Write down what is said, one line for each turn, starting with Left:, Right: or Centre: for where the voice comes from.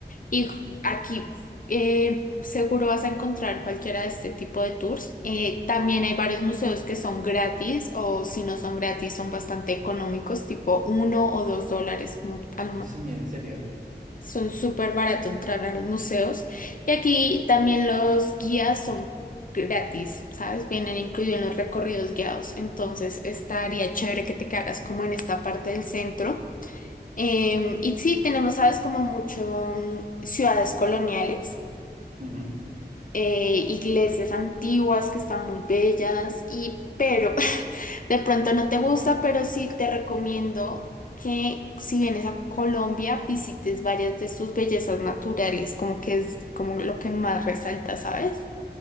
Left: Y
Right: Ujú.
Left: aquí eh, seguro vas a encontrar cualquiera de este tipo de tours. Eh, también hay varios museos que son gratis o si no son gratis son bastante económicos, tipo uno o dos dólares. mu- al
Right: Ah,
Left: ma-
Right: sí, en serio.
Left: Son súper barato entrar a los museos. Y aquí también los guías son gratis, ¿sabes? Vienen incluidos en los recorridos guiados. Entonces estaría chévere que te quedaras como en esta parte del centro. Em, y sí, tenemos, sabes, como mucho mm, ciudades coloniales.
Right: Ujú.
Left: eh, iglesias antiguas que están muy bellas y pero <laughs> de pronto no te gusta, pero sí te recomiendo que si vienes a Colombia visites varias de sus bellezas naturales, como que es como lo que más resalta, ¿sabes?